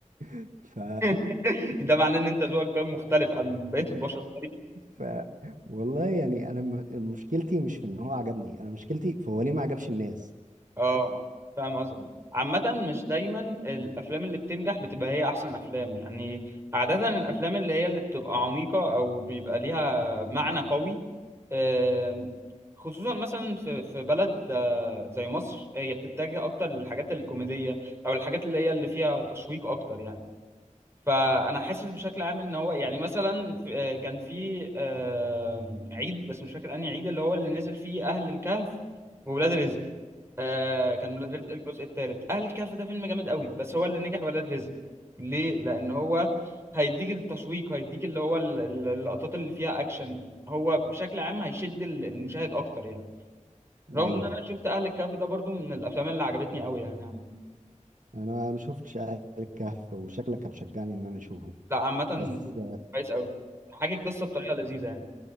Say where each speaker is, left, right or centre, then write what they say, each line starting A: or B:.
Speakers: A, on the right (about 85°); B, on the right (about 20°).
A: <laughs> ف...
B: <laughs> ده معناه ان انت ذوقك فاهم مختلف عن بقيه البشر
A: ف والله يعني انا م... مشكلتي مش في ان هو عجبني انا مشكلتي فهو ليه ما عجبش الناس
B: اه فاهم قصدك عامة مش دايما الأفلام اللي بتنجح بتبقى هي أحسن أفلام يعني عادة الأفلام اللي هي اللي بتبقى عميقة أو بيبقى ليها معنى قوي آم، خصوصا مثلا في في بلد آه، زي مصر هي بتتجه أكتر للحاجات الكوميدية أو الحاجات اللي هي اللي فيها تشويق أكتر يعني فأنا حاسس بشكل عام إن هو يعني مثلا في- آه، كان في آم، عيد بس مش فاكر أنهي عيد اللي هو اللي نزل فيه أهل الكهف وولاد رزق آه كان ولاد
A: مهم.
B: رزق الجزء الثالث اهل الكهف ده فيلم جامد قوي بس هو اللي نجح ولاد رزق ليه لان هو هيديك التشويق هيديك اللي هو ال- ال- اللقطات اللي فيها اكشن هو بشكل عام هيشد ال- المشاهد اكتر يعني رغم
A: ايوه
B: ان انا شفت اهل الكهف ده برضو من الافلام اللي عجبتني قوي يعني عم.
A: انا ما شفتش آل الكهف وشكلك هتشجعني ان انا اشوفه
B: لا عامه
A: بس
B: كويس قوي حاجه القصه بطريقه لذيذه يعني